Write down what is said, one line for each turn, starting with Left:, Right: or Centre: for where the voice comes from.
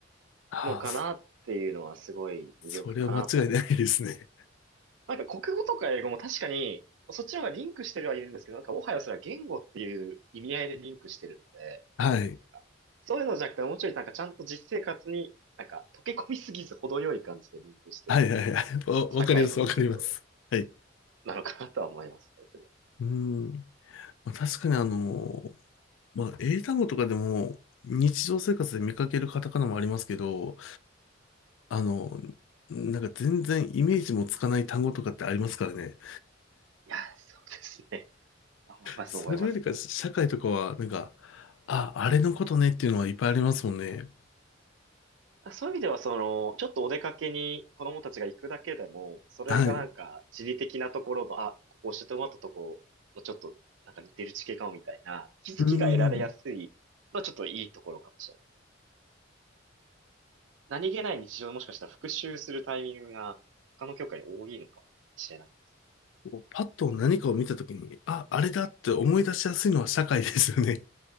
Left: ああ、
Right: のかなっていうのはすごい魅力かなと思います。
Left: そそれは間違いないですね。
Right: なんか国語とか英語も確かに、そっちの方がリンクしてるはいるんですけど、なんかもはやそれは言語っていう意味合いでリンクしてるので、
Left: はい。
Right: なんか、そういうのじゃなくて、もうちょいなんかちゃんと実生活に、なんか溶け込みすぎず程よい感じでリンクしてるのが、
Left: はいはいはい。わ、わかります、
Right: 社会のいいところ
Left: わかります。はい。
Right: なのかなとは思いますね。
Left: うん。まあ、確かにあのまあ、英単語とかでも、日常生活で見かけるカタカナもありますけど、あの、なんか全然イメージもつかない単語とかってありますからね。
Right: いや、そうですね。思います、
Left: それよりか、
Right: 思います。
Left: 社会とかは、なんか、あ、あれのことねっていうのはいっぱいありますもんね。
Right: だそういう意味では、その、ちょっとお出かけに子供たちが行くだけでも、それがなんか地理的なところの、
Left: はい。う
Right: あ、ここ教えてもらったとこ、ちょっとなんか似てる地形かもみたいな、気づきが得られやすいのはちょっといいところかもしれない。
Left: ーん。
Right: 何気ない日常でもしかしたら復習するタイミングが他の教科に多いのかもしれないです。
Left: こうパッと何かを見たときに、あ、あれだって思い出しやすいのは社会ですよね。